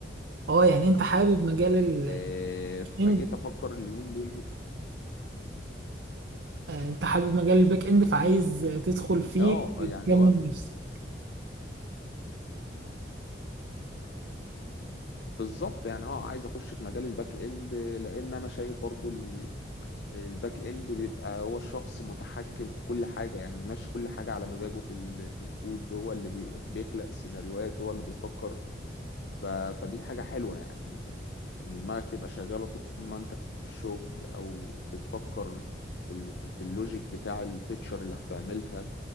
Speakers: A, on the right; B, on the left.
A: اه يعني انت حابب مجال الباك
B: آه، فجيت
A: اند
B: افكر اليومين دول
A: انت حابب مجال الباك اند فعايز تدخل فيه
B: اه
A: تكمل
B: يعني هو
A: نفسك
B: بالظبط يعني اه عايز اخش في مجال الباك اند لان انا شايف برضو الباك اند بيبقى هو الشخص متحكم في كل حاجة يعني بيمشي كل حاجة على مزاجه في ال... في الكود هو اللي بي... بيخلق السيناريوهات هو اللي بيفكر ف... فدي حاجة حلوة يعني ان دماغك تبقى شغالة طول ما انت في الشغل او بتفكر في ال... في في اللوجيك بتاع الفيتشر اللي هتعملها